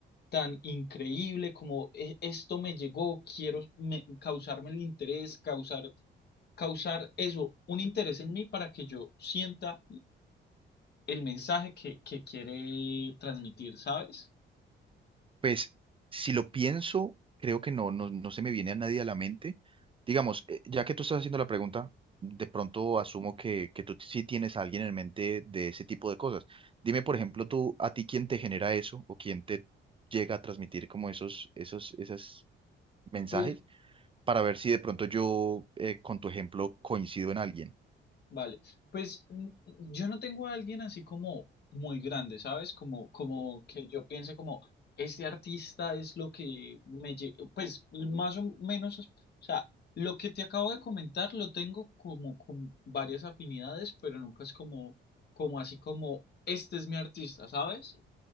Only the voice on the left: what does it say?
tan increíble, como "E- esto me llegó, quiero me- causarme el interés, causar, causar eso, un interés en mí para que yo sienta el mensaje que, que quiere transmitir, ¿sabes?
Pues
vale, pues mm, yo no tengo a alguien así como muy grande, ¿sabes? Como, como que yo piense como, este artista es lo que me... lle- Pues más o menos, o sea, lo que te acabo de comentar lo tengo como con varias afinidades, pero nunca es como, como así como, este es mi artista, ¿sabes?